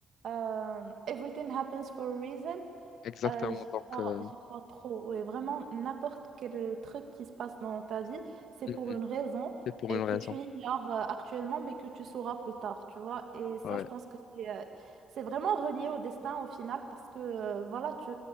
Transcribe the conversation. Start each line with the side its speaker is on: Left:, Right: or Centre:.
Right: Euh, Everything happens for a reason.
Left: exactement.
Right: Euh, j'y crois,
Left: Donc, euh,
Right: j'y crois trop. Oui, vraiment, n'importe quel truc qui se passe dans ta vie, c'est
Left: mhm,
Right: pour une raison
Left: c'est pour
Right: et
Left: une
Right: que
Left: raison.
Right: tu ignores euh, actuellement, mais que tu sauras plus tard, tu vois. Et ça,
Left: Ouais.
Right: je pense que c'est euh, c'est vraiment relié au destin au final parce que, euh, voilà, tu,